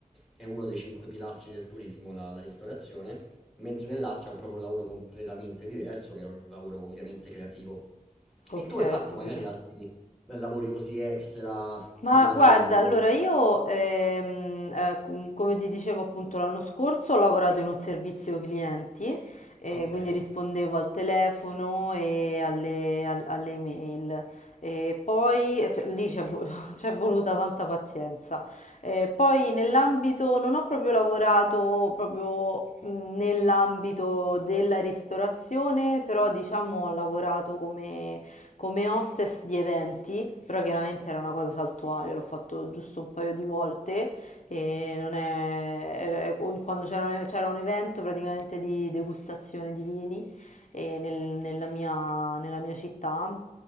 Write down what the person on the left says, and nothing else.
Ok,
ho capito.
Ma
guarda, allora io, ehm, eh, com- come ti dicevo appunto l'anno scorso, ho lavorato in un servizio clienti, eh,
quindi rispondevo al telefono e alle, al- alle email. E poi, eh, cioè, lì c'è vo- <laughs> c'è voluta tanta pazienza. Eh, poi nell'ambito, non ho proprio lavorato proprio mh, nell'ambito della ristorazione, però diciamo ho lavorato come come hostess di eventi, però chiaramente era una cosa saltuaria, l'ho fatto giusto un paio di volte e non è... eh, quando c'era un, c'era un evento praticamente di degustazione di vini e nel- nella mia, nella mia città, mh,